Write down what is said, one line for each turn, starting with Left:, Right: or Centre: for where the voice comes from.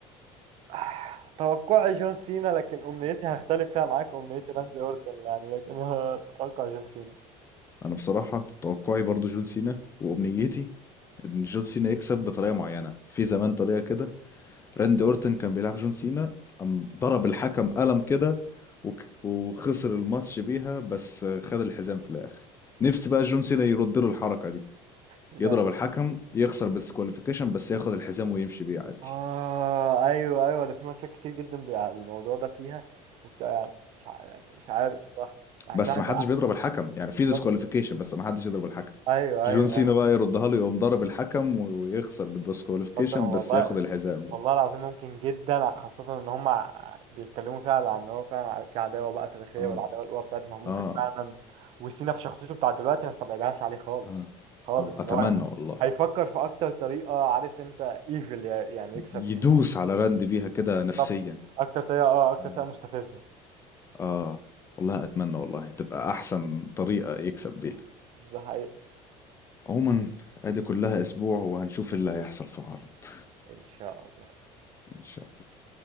Right: <sighs> آه، توقعي جون سينا لكن امنيتي هختلف فيها معاك امنيتي راندي اورتن يعني لكن انا اتوقع جون سينا
Left: انا بصراحة توقعي برضو جون سينا وامنيتي ان جون سينا يكسب بطريقة معينة في زمان طريقة كده راندي اورتن كان بيلعب جون سينا قام ضرب الحكم قلم كده وك- وخسر الماتش بيها بس خد الحزام في الاخر نفسي بقى جون سينا يرد له الحركة دي
Right: يعني
Left: يضرب الحكم يخسر بالسكواليفيكيشن بس ياخد الحزام ويمشي بيه عادي
Right: اه ايوه ايوه ده في ماتشات كتير جدا بيبقى الموضوع ده فيها وبتاع يعني مش ع- يعني مش عارف الصراحه بحسها
Left: بس ما حدش بيضرب الحكم يعني في
Right: بالظبط
Left: ديسكواليفيكيشن بس ما حدش يضرب الحكم
Right: ايوه
Left: جون
Right: ايوه
Left: سينا
Right: ايوه
Left: بقى يردها له يقوم ضرب الحكم ويخسر بالديسكواليفيكيشن
Right: تصدق والله
Left: بس ياخد الحزام بقى
Right: والله العظيم ممكن جدا خاصة ان هم ع- بيتكلموا فعلا عن ان هو فعلا ع- في عداوة بقى تاريخية
Left: اه
Right: والعداوة القوى بتاعتهم ممكن
Left: اه
Right: فعلا وسينا في شخصيته بتاع دلوقتي ما استبعدهاش عليه خالص
Left: اه
Right: خالص
Left: اه اتمنى
Right: ان هو
Left: والله
Right: هيفكر في اكتر طريقة عارف انت ايفل يعني يكسب
Left: يدوس
Right: بيها
Left: على راند بيها كده نفسيا
Right: طب اكتر طريقة اه اكتر
Left: اه
Right: طريقة مستفزة
Left: آه، والله اتمنى والله تبقى احسن طريقة يكسب بيها
Right: ده حقيقي
Left: عموما ادي كلها اسبوع وهنشوف اللي هيحصل في عرض
Right: ان شاء الله
Left: ان شاء الله